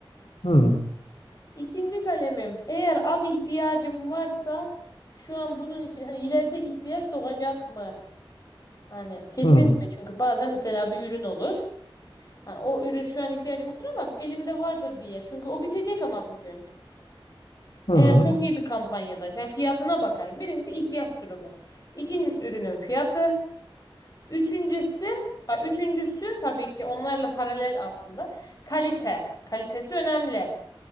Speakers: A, on the left; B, on the left.
A: Hı
B: İkinci kalemim. Eğer az ihtiyacım varsa şu an bunun için hani ileride ihtiyaç doğacak mı? Hani kesin
A: hı
B: mi? Çünkü bazen mesela bir ürün olur. Ha, o ürün şu an ihtiyacım yoktur ama elimde vardır diye. Çünkü o bitecek ama bir gün.
A: hı.
B: Eğer çok iyi bir kampanyadaysa yani fiyatına bakarım. Birincisi ihtiyaç durumum. İkincisi ürünün fiyatı. Üçüncüsü, a, üçüncüsü tabii ki onlarla paralel aslında. Kalite. Kalitesi önemli.